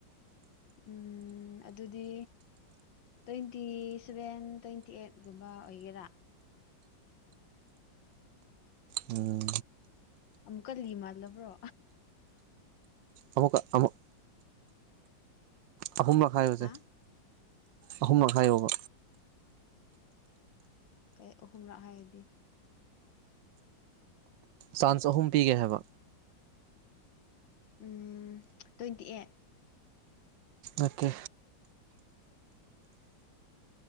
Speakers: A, on the left; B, on the right.
A: ꯎꯝ ꯑꯗꯨꯗꯤ ꯇ꯭ꯋꯦꯟꯇꯤ ꯁꯚꯦꯟ ꯇ꯭ꯋꯦꯟꯇꯤ ꯑꯩꯠꯀꯨꯝꯕ ꯑꯣꯏꯒꯦꯔꯥ
B: ꯎꯝ
A: ꯑꯃꯨꯛꯀꯜꯂꯤ ꯃꯥꯜꯂꯕ꯭ꯔꯣ
B: ꯑꯃꯨ ꯀ ꯑꯃꯨꯛ ꯑꯍꯨꯝꯂꯛ ꯍꯥꯏꯌꯨꯁꯦ
A: ꯍꯥ
B: ꯑꯍꯨꯝꯂꯛ ꯍꯥꯏꯌꯣꯕ
A: ꯀꯩ ꯑꯍꯨꯝꯔꯛ ꯍꯥꯏꯌꯦꯗꯤ
B: ꯆꯥꯟꯁ ꯑꯍꯨꯝ ꯄꯤꯒꯦ ꯍꯥꯏꯕ
A: ꯎꯝ ꯇ꯭ꯋꯦꯟꯇꯤ ꯑꯩꯠ
B: ꯑꯠꯇꯦ